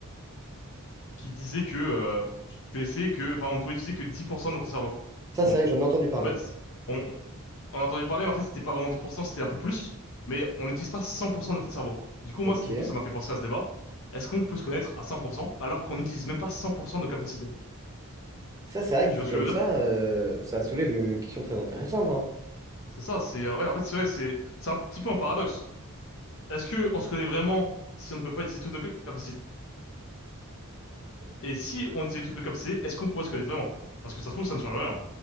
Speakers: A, on the left; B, on the right.
A: qui disait que euh, tu te connaissais que, enfin, on pouvait utiliser que 10% de notre cerveau.
B: Ça,
A: Bon,
B: c'est vrai que j'en ai entendu parler.
A: en fait, on- on a entendu parler, mais en fait, c'était pas vraiment 10%, c'était un peu plus. Mais on n'utilise pas 100% de notre cerveau. Du coup, moi,
B: Ok.
A: c- du coup, ça m'a fait penser à ce débat. Est-ce qu'on peut se connaître à 100% alors qu'on n'utilise même pas 100% de nos capacités?
B: Ça, c'est vrai
A: Tu
B: que dit
A: vois ce
B: comme
A: que je
B: ça,
A: veux dire?
B: euh, ça soulève une question très intéressante, hein.
A: C'est ça, c'est, ouais, en fait, c'est vrai, c'est, c'est un petit peu un paradoxe. Est-ce que on se connaît vraiment si on ne peut pas utiliser toutes nos capacités? Et si on utilise toutes nos capacités, est-ce qu'on pourrait se connaître vraiment? Parce que ça se trouve, ça ne change rien.